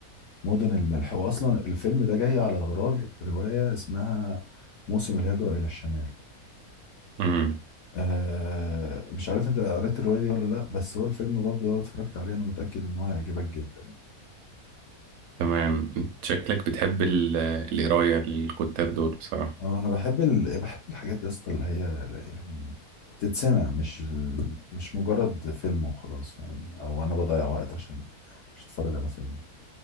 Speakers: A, on the left; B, on the right.
A: المدن الملح واصلا الفيلم ده جاي على غرار رواية اسمها موسم الهجرة إلى الشمال
B: مم.
A: آه مش عارف انت قريت الرواية دي ولا لا بس هو الفيلم برضه لو اتفرجت عليه انا متأكد ان هو هيعجبك جدا يعني
B: تمام انت شكلك بتحب ال- القراية للكتاب دول بصراحة
A: آه، انا بحب ال... بحب الحاجات يا اسطى اللي هي يعني تتسمع مش ال... مش مجرد فيلم وخلاص فاهم او انا بضيع وقت عشان مش اتفرج على فيلم